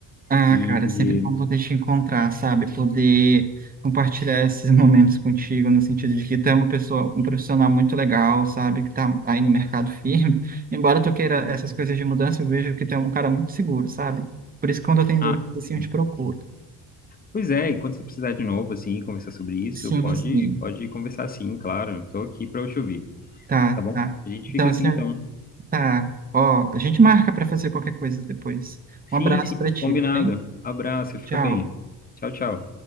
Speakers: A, on the right; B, on the left.
A: Ah,
B: E.
A: cara, é sempre bom poder te encontrar, sabe? Poder compartilhar esses <laughs> momentos contigo, no sentido de que tu é uma pessoa, um profissional muito legal, sabe? Que tá aí no mercado firme. <laughs> Embora tu queira
B: Uhum.
A: essas coisas de mudança, eu vejo que tu é um cara muito seguro, sabe? Por isso, que quando eu tenho dúvidas,
B: Ah,
A: assim,
B: sim.
A: eu te procuro.
B: Pois é, e quando você precisar de novo, assim, conversar sobre isso,
A: Sim,
B: pode,
A: sim.
B: pode conversar sim, claro. Estou aqui para eu te ouvir,
A: Tá,
B: tá bom?
A: tá.
B: A gente
A: Então,
B: fica
A: assim,
B: assim então.
A: tá. Ó, a gente marca pra fazer qualquer coisa depois.
B: Sim,
A: Um abraço
B: sim,
A: pra ti,
B: combinado.
A: tá bem?
B: Abraço, fica
A: Tchau.
B: bem. Tchau, tchau.